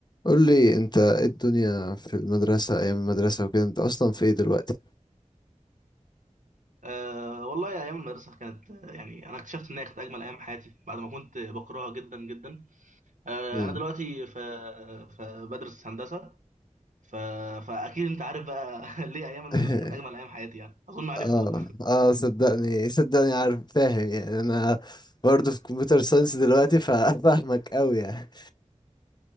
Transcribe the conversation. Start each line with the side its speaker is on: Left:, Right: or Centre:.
Left: قول لي انت ايه الدنيا في المدرسة ايام المدرسة وكده انت اصلا في ايه دلوقتي
Right: أه والله أيام المدرسة كانت آه، يعني أنا اكتشفت إن هي كانت أجمل أيام حياتي بعد ما كنت بكرهها جدا جدا أه
Left: ايه؟
Right: أنا دلوقتي ف... فبدرس هندسة ف... فأكيد أنت عارف بقى <laughs> ليه أيام المدرسة
Left: <laughs>
Right: كانت أجمل أيام حياتي يعني أظن عرفت
Left: اه
Right: بقى
Left: اه صدقني صدقني عارف فاهم يعني انا برضه في كمبيوتر ساينس دلوقتي <laughs> فاهمك قوي يعني